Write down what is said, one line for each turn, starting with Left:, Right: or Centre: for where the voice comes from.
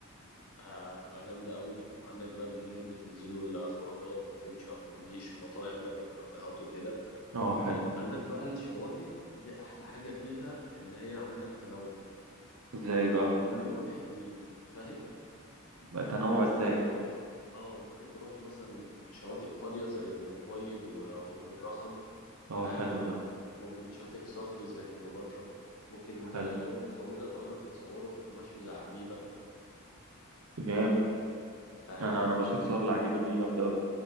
Left: هتبقى جامدة أوي وعندك بقى بالليل بتنزلوا الخروجات وتمشوا على الكورنيش ومطاعم برضو وكافيهات وكده
Right: اه حلو
Left: عندك بقى الشواطئ دي احلى حاجة فيها ان هي عندك تنوع
Right: ازاي بقى
Left: وكلهم حلوين فاهم
Right: بقى تنوع
Left: يعني انت
Right: ازاي
Left: ممكن تروح اه ممكن تروح مثلا شواطئ فاضية زي الأبيض وأم الرخم
Right: اه
Left: فاهم
Right: حلو ده
Left: ممكن شاطئ صخري زي كليوباترا ممكن
Right: حلو
Left: يوم خروجة تقعدوا تتصوروا وتتمشوا زي عجيبة
Right: جامد
Left: فاهم
Right: انا انا بشوف صور العجيبة دي جامدة أوي.